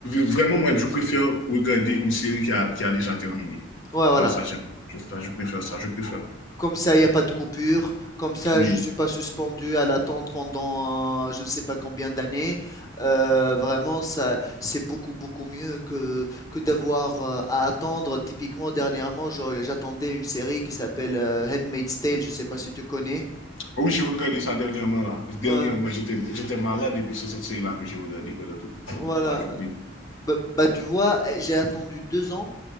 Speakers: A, on the left (about 70°); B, on the left (about 15°).
A: vraiment, moi, je préfère regarder une série qui a, qui a déjà terminé.
B: ouais, voilà.
A: Enfin, ça, j'aime. Je, enfin, je préfère ça, je préfère.
B: Comme ça, il n'y a pas de coupure. Comme ça,
A: Oui.
B: je ne suis pas suspendu à l'attente pendant euh, je ne sais pas combien d'années. Euh, vraiment, ça, c'est beaucoup, beaucoup mieux que, que d'avoir euh, à attendre. Typiquement, dernièrement, je- j'attendais une série qui s'appelle euh, Handmaid's Tale. Je ne sais pas si tu connais.
A: Ah Oui, j'ai regardé ça dernièrement, là. Dernièrement,
B: Ouais,
A: j'étais j'étais malade et puis c'est cette série-là que j'ai regardée pendant tout-
B: voilà.
A: toute la journée.
B: Bah, bah, tu vois, eh, j'ai attendu deux ans